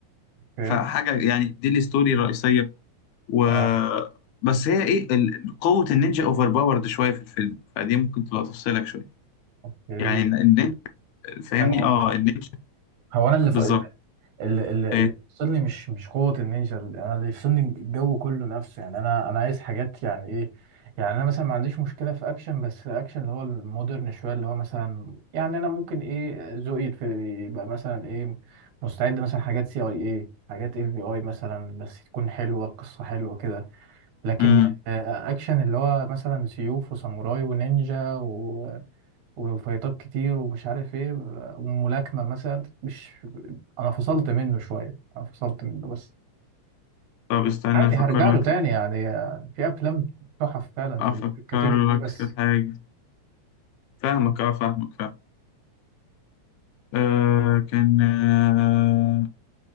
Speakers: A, on the right; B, on the left.
A: اوكي
B: فحاجه يعني دي الستوري الرئيسيه و
A: اه
B: بس هي ايه ال- قوة النينجا اوفر باورد شوية في الفيلم فدي ممكن تبقى تفصلك شوية
A: اوكي
B: يعني الن- النينجا فاهمني
A: آه.
B: اه النينجا
A: هو انا اللي ف...
B: بالظبط
A: اللي, اللي
B: إيه.
A: اللي يفصلني مش مش قوة النينجا انا اللي يفصلني الجو كله نفسه يعني انا انا عايز حاجات يعني ايه يعني انا مثلا ما عنديش مشكلة في اكشن بس اكشن اللي هو المودرن شوية اللي هو مثلا يعني انا ممكن ايه ذوقي في- يبقى مثلا ايه مستعد مثلا حاجات سي اي ايه حاجات اف بي اي مثلا بس تكون حلوة القصة حلوة كده لكن
B: امم
A: آه، اكشن اللي هو مثلا سيوف وساموراي ونينجا و... وفايتات كتير ومش عارف ايه وملاكمة مثلا مش انا فصلت منه شوية انا فصلت منه بس
B: طب استنى
A: عادي
B: افكر
A: هرجع
B: لك
A: له تاني يعني آه، في افلام تحف فعلا
B: افكر
A: في ال- في الكاتيجوري دي
B: لك
A: بس
B: في حاجة فاهمك اه فاهمك فاهم آه كان آه